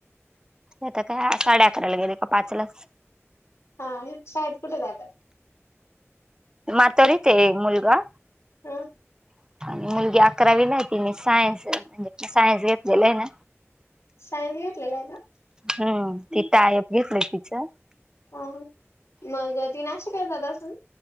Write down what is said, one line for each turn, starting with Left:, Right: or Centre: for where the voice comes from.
Right: आता काय साडे अकराला गेले की, पाचला च,
Left: हा, हे शाळेत कुठे जातात?
Right: मातोडीत ते मुलगा,
Left: हम,
Right: मुलगी अकरावी ला तेणे, सायन्स, सायन्स घेतलेला आहे. ना,
Left: सायन्स, घेतलेलं आहे का?
Right: हम्म ती टायप घेतलं तिचं
Left: हो मग, ती नाशिकला जात असल,